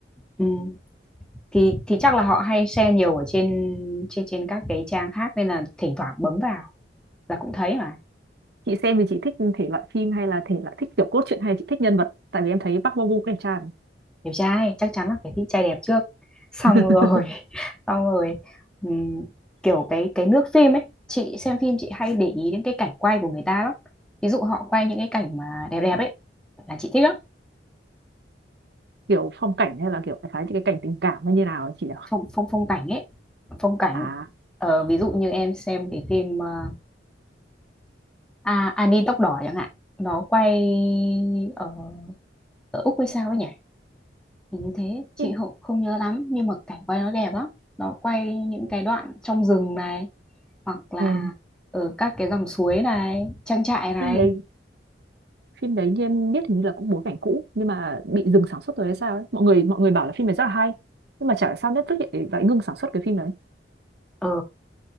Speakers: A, in the centre; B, on the right.
A: ừ, thì thì chắc là họ hay share nhiều ở trên trên trên các cái trang khác nên là thỉnh thoảng bấm vào là cũng thấy mà
B: Chị xem thì chị thích thể loại phim hay là thể loại thích kiểu cốt truyện hay chị thích nhân vật? Tại vì em thấy Park Bo Gum cũng đẹp trai mà.
A: Đẹp trai chắc chắn là phải thích trai đẹp trước xong
B: <laughs>
A: rồi <laughs> xong rồi ừm, kiểu cái cái nước phim ấy chị xem phim chị hay để ý đến cái cảnh quay của người ta lắm ví dụ họ quay những cái cảnh mà đẹp đẹp ấy là chị thích lắm
B: kiểu phong cảnh hay là kiểu đại khái những cái cảnh tình cảm hay như nào ấy chị nhỉ?
A: phong phong phong cảnh ấy phong cảnh
B: À,
A: Ờ, ví dụ như em xem cái phim ờ, à, Annie tóc đỏ chẳng hạn nó quay ở ở Úc hay sao ấy nhỉ Hình như thế chị
B: phim,
A: không, không nhớ lắm nhưng mà cảnh quay nó đẹp lắm nó quay những cái đoạn trong rừng này hoặc là
B: ờ,
A: ở các cái dòng suối này trang trại này
B: phim đấy phim đấy như em biết hình như là cũng bối cảnh cũ nhưng mà bị dừng sản xuất rồi hay sao ấy mọi người mọi người bảo là phim này rất là hay nhưng mà chả hiểu sao Netflix lại, lại ngưng sản xuất cái phim đấy
A: Ờ,